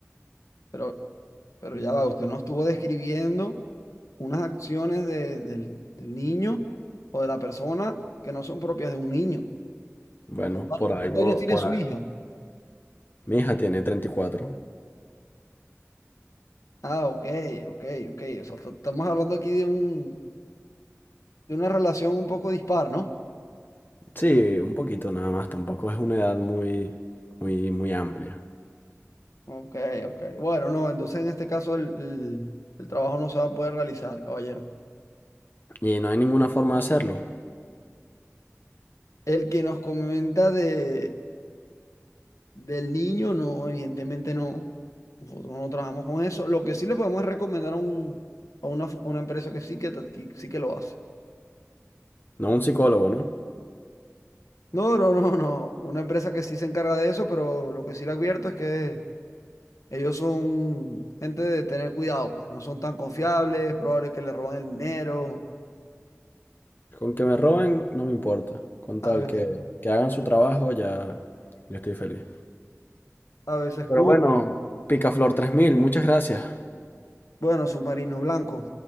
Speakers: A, on the left (about 85°); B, on the left (about 40°).
A: Pero, pero ya va, usted nos estuvo describiendo unas acciones de- del, del niño o de la persona que no son propias de un niño.
B: Bueno,
A: ¿Cuántos,
B: por
A: años
B: algo,
A: cuántos años tiene
B: por
A: su
B: algo.
A: hija?
B: Mi hija tiene treinta y cuatro
A: Ah, ok, ok, ok. O sea, to- estamos hablando aquí de un, de una relación un poco dispar, ¿no?
B: Sí, un poquito nada más, tampoco es una edad muy, muy, muy amplia.
A: Ok, ok. Bueno, no, entonces en este caso el, el el trabajo no se va a poder realizar, caballero.
B: Y no hay ninguna forma de hacerlo.
A: El que nos comenta de Del niño, no, evidentemente no. Nosotros no trabajamos con eso. Lo que sí le podemos es recomendar a, un, a una, a una empresa que sí que, ta- que sí que lo hace.
B: No un psicólogo, ¿no?
A: No, no, no, no. Una empresa que sí se encarga de eso, pero lo que sí le advierto es que ellos son gente de tener cuidado, pues. No son tan confiables, es probable que le roban el dinero,
B: Con que me roben, no me importa. Con
A: a
B: tal
A: veces,
B: que, que hagan su trabajo, ya, yo estoy feliz.
A: a veces
B: Pero
A: cumplen.
B: bueno, Picaflor 3000. muchas gracias.
A: Bueno, submarino blanco.